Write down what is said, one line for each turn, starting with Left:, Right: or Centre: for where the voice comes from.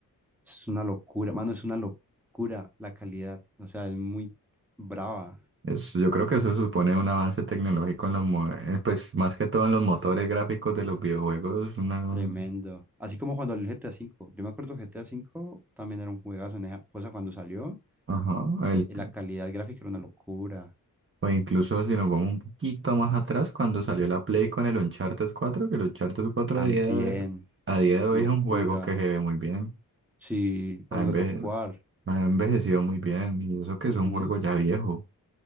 Centre: es una locura, mano, es una locura la calidad. O sea, es muy brava.
Right: eso- yo creo que eso supone un avance tecnológico en los, mo- eh, pues más que todo en los motores gráficos de los videojuegos. Una, un-
Centre: Tremendo. Así como cuando el GTA cinco Yo me acuerdo que GTA cinco también era un juegazo en esa cosa cuando salió.
Right: ajá, el-
Centre: eh, eh, La calidad gráfica era una locura.
Right: o incluso si nos vamos un poquito más atrás, cuando salió la Play con el Uncharted 4 que el Uncharted cuatro
Centre: También,
Right: a día, a día de hoy
Centre: locura.
Right: es un juego que se ve muy bien.
Centre: Sí,
Right: ha,
Centre: o el
Right: enveje-
Centre: God of War.
Right: ha envejecido muy bien y eso que
Centre: ujú.
Right: es un juego ya viejo.